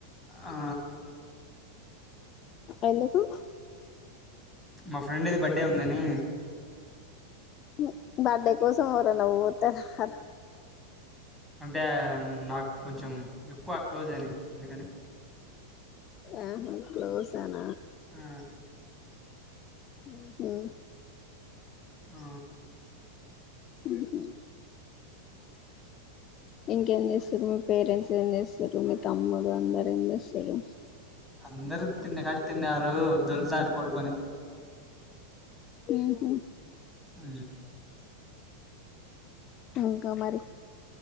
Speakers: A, in the centre; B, on the left.
A: ఆ
B: ఎందుకు
A: మా ఫ్రెండ్ ది బర్త్డే ఉందని
B: హ్మ్ బర్త్డే కోసం ఎవరు అన్నాపోతరార
A: అంటే నాకు కొంచెం ఎక్కువ క్లోజ్ అయినాయి అందుకని
B: ఆహా క్లౌస్ అను
A: ఆ
B: ఉహు
A: ఆ
B: ఊహూ ఇంకేం చేస్తారు మీ పేరెంట్స్ ఏం చేస్తారు మీ తమ్ముడు అందర ఏం చేస్తారు
A: అందరి తన్న కాడి తిన్నారుారు దొర్లు తాండ్రు పోడుకొని.
B: ఊహూ
A: ఉ
B: ఇంకా మరి